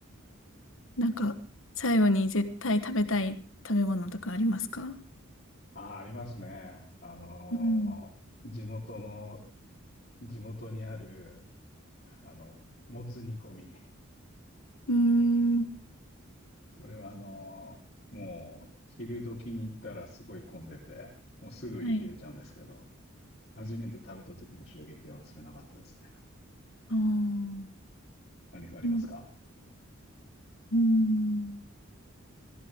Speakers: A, on the left; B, on the left.
A: なんか最後に絶対食べたい食べ物とかありますか
B: ああ、ありますね。あのー地元の
A: うん。
B: 地元にある、あの、もつ煮込み。
A: うーん。
B: それはあのーもう、昼時に行ったらすごい混んでて、もうすぐ売り切れちゃうんですけど、
A: はい。
B: 初めて食べた時の衝撃は忘れなかったですね。
A: ああ。う
B: 何かありますか
A: んうーん